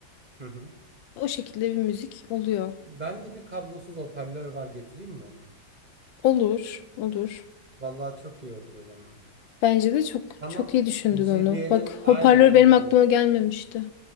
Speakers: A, on the right; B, on the left.
A: Hı hı.
B: O şekilde bir müzik oluyor.
A: Ben de bir kablosuz hoparlör var getireyim mi onu?
B: Olur, olur.
A: Vallahi çok iyi olur o zaman.
B: Bence de çok
A: Tamam.
B: çok iyi düşündün
A: JBL'in
B: onu. Bak
A: aynen
B: hoparlör
A: aynen
B: benim aklıma gelmemişti.